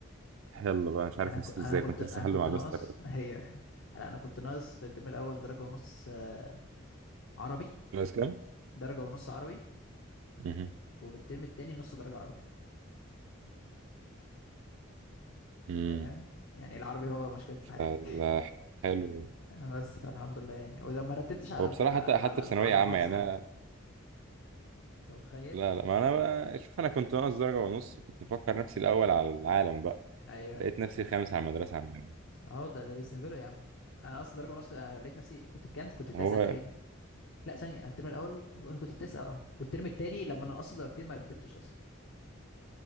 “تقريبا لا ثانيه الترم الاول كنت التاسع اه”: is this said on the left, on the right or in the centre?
Left